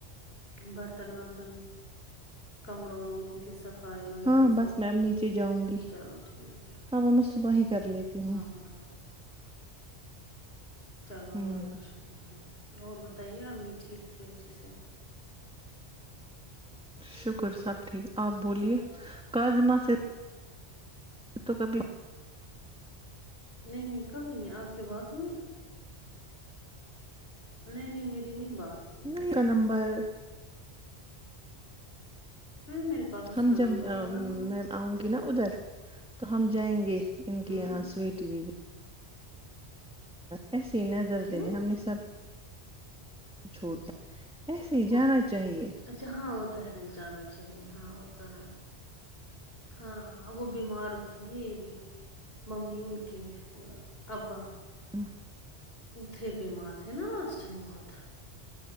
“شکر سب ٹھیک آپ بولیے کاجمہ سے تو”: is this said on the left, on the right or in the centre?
Centre